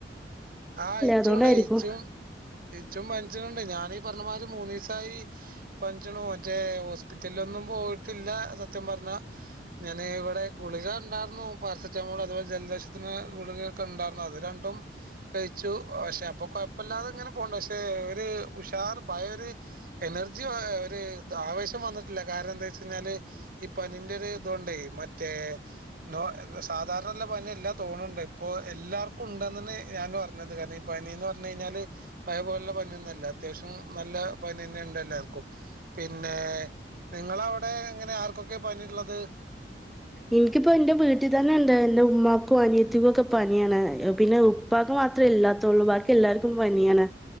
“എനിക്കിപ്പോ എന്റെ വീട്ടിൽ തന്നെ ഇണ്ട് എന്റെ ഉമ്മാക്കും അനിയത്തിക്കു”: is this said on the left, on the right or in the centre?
Centre